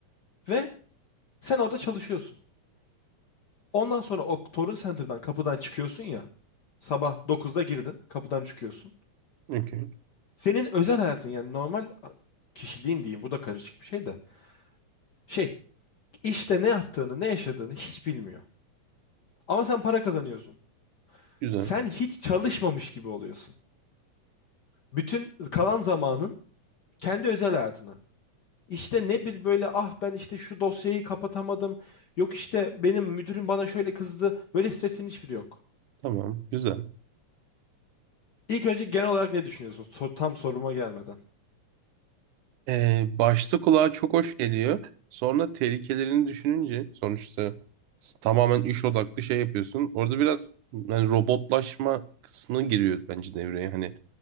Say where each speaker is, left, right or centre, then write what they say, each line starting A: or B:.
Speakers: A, on the left; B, on the right.
A: Ve sen orada çalışıyorsun. Ondan sonra o Torun Center'dan kapıdan çıkıyorsun ya. Sabah dokuzda girdin, kapıdan çıkıyorsun.
B: Okey.
A: Senin özel hayatın yani normal kişiliğin diyeyim bu da karışık bir şey de. Şey, işte ne yaptığını, ne yaşadığını hiç bilmiyor. Ama sen para kazanıyorsun.
B: Güzel.
A: Sen hiç çalışmamış gibi oluyorsun. Bütün kalan zamanın kendi özel hayatına. İşte ne bir böyle ah ben işte şu dosyayı kapatamadım. Yok işte benim müdürüm bana şöyle kızdı. Böyle stresin hiçbiri yok.
B: Tamam. Güzel.
A: İlk önce genel olarak ne düşünüyorsun? So- tam soruma gelmeden.
B: Ee, başta kulağa çok hoş geliyor. Sonra tehlikelerini düşününce sonuçta tamamen iş odaklı şey yapıyorsun. Orada biraz yani robotlaşma kısmı giriyor bence devreye. Hani